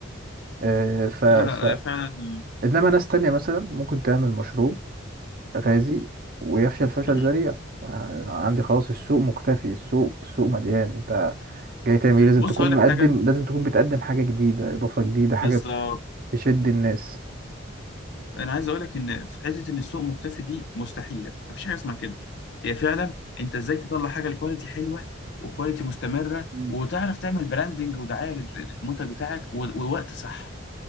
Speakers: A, on the right; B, on the left.
A: آه، ف ف
B: لا لا فعلا
A: انما ناس تانية مثلا ممكن تعمل مشروب غازي ويفشل فشل
B: آه.
A: ذريع آه، عندي خلاص السوق مكتفي السوق السوق مليان انت جاي تعمل ايه لازم
B: بص
A: تكون
B: هقول لك
A: مقدم
B: حاجه
A: لازم تكون بتقدم حاجة جديدة إضافة جديدة حاجة
B: بالظبط
A: ت- تشد الناس
B: انا عايز اقول لك ان في حته ان السوق مختفي دي مستحيله مفيش حاجه اسمها كده هي فعلا انت ازاي تطلع حاجه الكواليتي حلوه وكواليتي مستمره
A: مم.
B: وتعرف تعمل براندنج ودعايه لل- للمنتج بتاعك و- ووقت صح